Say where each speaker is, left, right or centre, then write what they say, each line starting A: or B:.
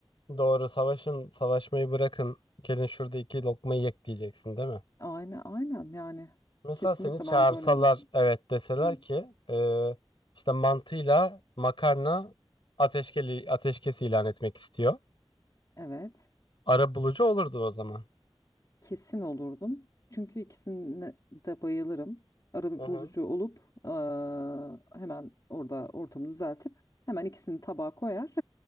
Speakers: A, on the left (about 60°); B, on the left (about 40°).
A: Doğru savaşın savaşmayı bırakın. Gelin şurada iki lokma yek diyeceksin değil mi?
B: Aynen aynen yani
A: Mesela
B: kesinlikle
A: seni çağırsalar
B: ben böyle demek istedim.
A: evet deseler
B: Hı.
A: ki e, işte mantıyla makarna ateşkeli, ateşkes ilan etmek istiyor.
B: Evet
A: Arabulucu olurdun o zaman.
B: kesin olurdum. Çünkü ikisine de bayılırım. Ara
A: Hı hı.
B: bulucu olup eee, hemen orada ortamı düzeltip hemen ikisini tabağa koyar.